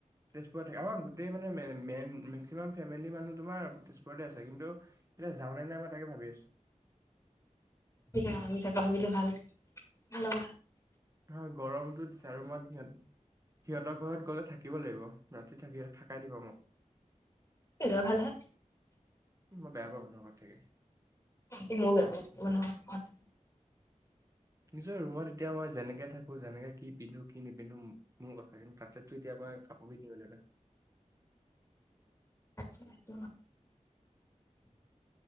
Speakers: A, on the right (about 25°); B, on the left (about 25°).
A: তেজপুৰ থাকে গোটেই মানে মে- মে মেক্সিমাম ফেমিলি মানুহ তোমাৰ তেজপুৰতে আছে কিন্তু এতিয়া যাওঁ নে নাই মই তাকে ভাবি তেজপুৰত থাকে
B: থিক ভাবি থাকা ভাবি থাকা হেল্লৌ
A: হা গৰমতো জাৰু মাত সিহঁতে সিহঁতৰ ঘৰত গ'লে থাকিব লাগিব ৰাতি থাকি থাকাই দিবা মোক
B: এ ল'ৰা ভাল হে
A: মই বেয়া পাওঁ মানহৰ ঘৰত থাকি
B: ময়ো বেয়া পাওঁ মানুহৰ ঘৰত
A: নিজৰ ৰুমত এতিয়া মই যেনেকে থাকো যেনেকে কি পিন্ধো কি নিপিন্ধো মোৰ কথা কিন্তু তাতেতো এতিয়া বাই কাপোৰ পিন্ধিব লাগিব ন
B: আছা আ